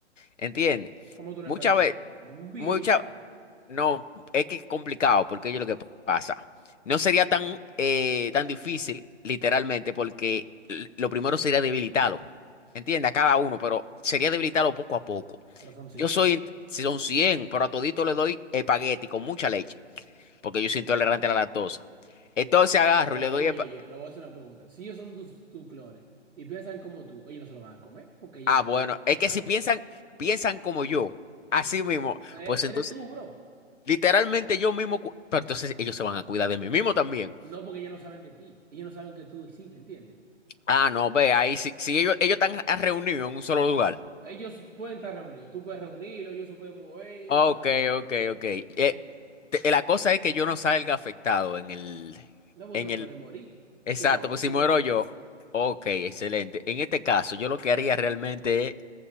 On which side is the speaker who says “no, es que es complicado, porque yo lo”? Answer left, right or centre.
Left